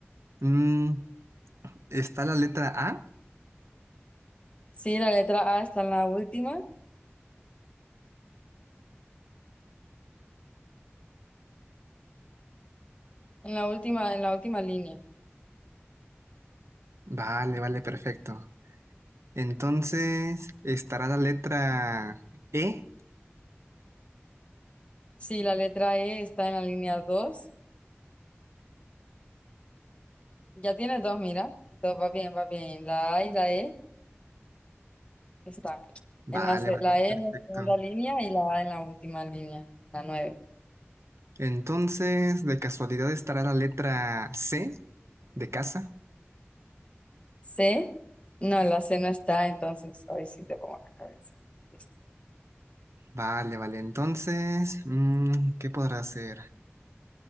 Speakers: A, on the right; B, on the left.
A: Mm, ¿está la letra A?
B: Sí, la letra A está en la última, en la última, en la última línea.
A: Vale, vale, perfecto. Entonces, ¿estará la letra E?
B: Sí, la letra E está en la línea dos Ya tienes dos, mira. Todo va bien, va bien. La A y la E están.
A: Vale,
B: En la, se-
A: vale,
B: la E
A: perfecto.
B: en la segunda línea y la A en la última línea, la nueve
A: Entonces, de casualidad estará la letra C de casa.
B: C, no, la C no está, entonces hoy sí te pongo la cabeza. Listo.
A: Vale, vale. Entonces, mm, ¿qué podrá ser?